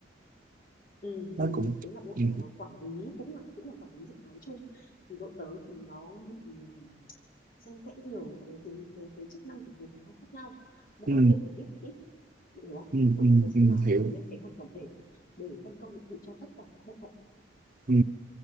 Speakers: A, on the left; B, on the right.
A: ừ,
B: nó
A: ừ,
B: cũng
A: đấy là bộ
B: ừ
A: ờ, quản lý cũng là cũng là quản lý dự án chung thì đội tớ thì nó bị ờ, xen kẽ nhiều cái tính cái, cái cái chức năng của nhiều phòng ban khác nhau mỗi
B: ừ
A: việc được biết một ít Bạn hiểu không?
B: ừ,
A: Bởi
B: ừ,
A: vậy tớ sẽ
B: ừ,
A: là
B: hiểu
A: người lên kế hoạch tổng thể để phân công nhiệm vụ cho tất cả các bộ phận.
B: ừ.